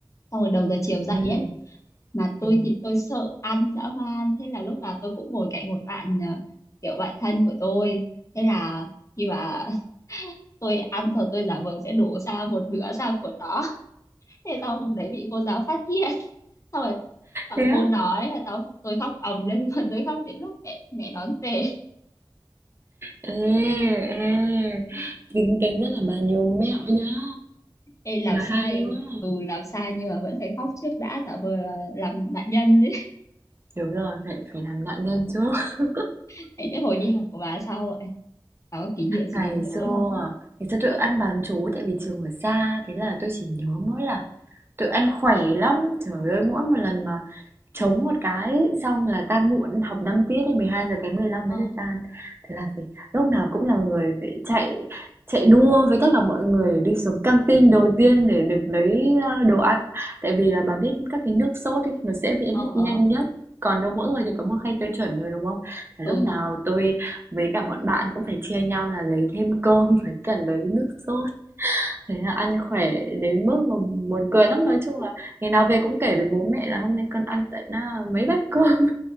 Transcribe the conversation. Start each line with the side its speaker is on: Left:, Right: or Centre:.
Left: xong rồi đầu giờ chiều
Right: Ừ.
Left: dậy ấy mà tôi
Right: Ừ.
Left: thì tôi sợ ăn dã man thế là lúc nào tôi cũng ngồi cạnh một bạn à, kiểu bạn thân của tôi thế là khi mà <laughs> tôi ăn rồi tôi giả vờ sẽ đổ sang một nửa sang của nó thế sau hôm đấy bị cô giáo phát hiện <laughs> xong rồi tao
Right: Thế á?
Left: cô nói là tao tôi khóc ầm lên <laughs> luôn tôi khóc đến lúc mẹ mẹ đón về
Right: Ê, ê. Kính kính rất là bà nhiều mẹo nhá.
Left: Ê, làm
Right: Bà
Left: sai
Right: hay quá.
Left: ừ làm sai nhưng mà vẫn phải khóc trước đã tạo vừa làm nạn nhân đấy
Right: Đúng rồi, phải phải làm nạn nhân chứ. <laughs>
Left: <laughs> Thế những hồi đi học của bà sao vậy bà có kỷ niệm gì
Right: Ngày
Left: đáng nhớ
Right: xưa
Left: không
Right: Ngày xưa tôi ăn bán trú tại vì trường ở xa Thế là tôi chỉ nhớ mỗi là Tụi ăn khỏe lắm, trời ơi mỗi một lần mà chống một cái xong là tan muộn, học 5 tiết thì mười hai giờ kém mười lăm
Left: ờ
Right: mới được tan. Thế là phải lúc nào cũng là người phải chạy chạy đua với tất cả mọi người để đi xuống căng tin đầu tiên để được lấy ờ, đồ ăn. Tại vì là bà biết các cái nước sốt ấy nó sẽ bị
Left: ờ
Right: hết
Left: ờ
Right: nhanh nhất. Còn đâu mỗi người thì có một khay tiêu chuẩn rồi đúng không? Thế
Left: ừ
Right: lúc nào tôi với cả bọn bạn cũng phải chia nhau là lấy thêm cơm <laughs> với cả lấy nước sốt Thế là ăn khỏe đến mức mà buồn cười lắm,
Left: <laughs>
Right: nói chung là ngày nào về cũng kể với bố mẹ là hôm nay con ăn tận à, mấy bát cơm.